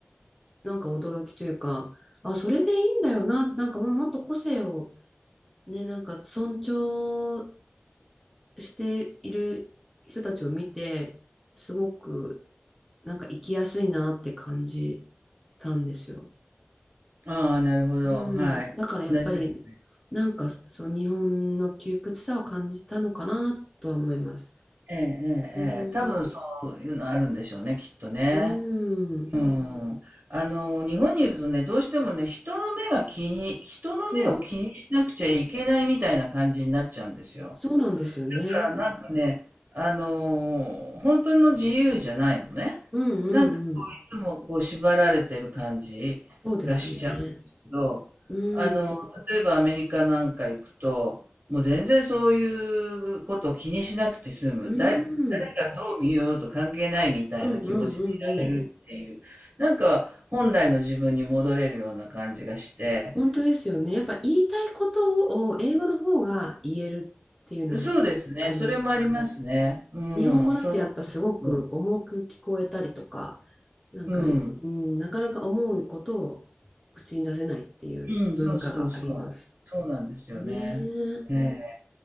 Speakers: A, in the centre; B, on the right.
A: なんか驚きというか、あ、それでいいんだよなって、なんかもうもっと個性をね、なんか尊重している人たちを見て、すごくなんか生きやすいなって感じたんですよ。
B: ああ、なるほど。
A: うん。
B: はい。
A: だからやっぱり、
B: 同じです。
A: なんかそう、日本の窮屈さを感じたのかなとは思います。
B: ええ、ええ、
A: うん。
B: ええ。多分そういうのあるんでしょうね、きっとね。
A: うん。
B: うん。あの、日本にいるとね、どうしてもね、人の目が気に、人の目を気にしなくちゃいけないみたいな感じになっちゃうんですよ。
A: そう。そうなんですよね。
B: からなんかね、あのー本当の自由じゃないのね。
A: うんうんうん。
B: なんかこういつもこう縛られてる感じがしちゃうんですけど、
A: そうですね。うん。
B: あの、例えばアメリカなんか行くと、もう全然そういうことを気にしなくて済む。
A: うん。
B: だ、誰がどう見ようと関係ないみたいな気持ちでいられるっていう、
A: うんうんうんうん。
B: なんか本来の自分に戻れるような感じがして、
A: 本当ですよね。やっぱ言いたいことを英語の方が言えるっていうのもあります。
B: そうですね。それもありますね。うん、
A: 日本語だとやっぱすごく重く聞こえたりとか、
B: そう。
A: なんか、
B: うん。
A: うん、なかなか思うことを口に出せないっていう文化があります。
B: うん、そうそうそう。そうなんですよね。
A: ねえ。う
B: ええ。